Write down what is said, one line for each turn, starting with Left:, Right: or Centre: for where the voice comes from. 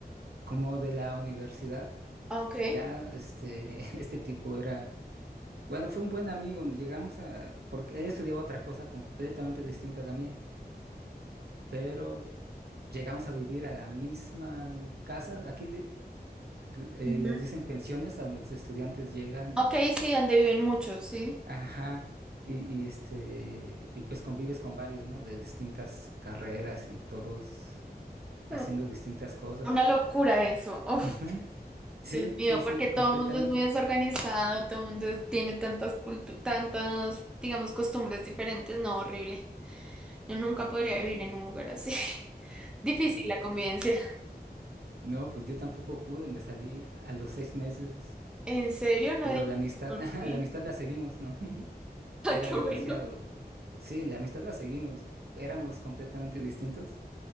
Right: como de la universidad,
Centre: Okay.
Right: ya este, <laughs> este tipo era, bueno, fue un buen amigo, llegamos a, porque él estudiaba otra cosa completamente distinta a la mía, pero llegamos a vivir a la misma casa. Aquí le- eh,
Centre: Ujú.
Right: les dicen pensiones a donde los estudiantes llegan
Centre: Ok,
Right: y este,
Centre: sí, donde viven muchos, sí.
Right: ajá, y, y este, y pues convives con varios, ¿no? De distintas carreras y todos haciendo
Centre: Mm.
Right: distintas cosas.
Centre: Una locura eso. Uf,
Right: Ujú. Sí,
Centre: Dios mío,
Right: sí, sí,
Centre: porque
Right: completamente.
Centre: todo el mundo es muy desorganizado, todo el mundo tiene tantas cultu tantas, digamos, costumbres diferentes. No, horrible. Yo nunca podría vivir en un lugar así. <laughs> Difícil la convivencia.
Right: No, pues yo tampoco pude, me salí a los seis meses,
Centre: ¿En serio? No
Right: pero
Centre: digas
Right: la amistad,
Centre: por
Right: <laughs>
Centre: qué.
Right: la amistad
Centre: <laughs>
Right: la seguimos, ¿no? <laughs>
Centre: Ah,
Right: Era
Centre: qué
Right: demasiado.
Centre: bueno.
Right: Sí, la amistad la seguimos. Éramos completamente distintos,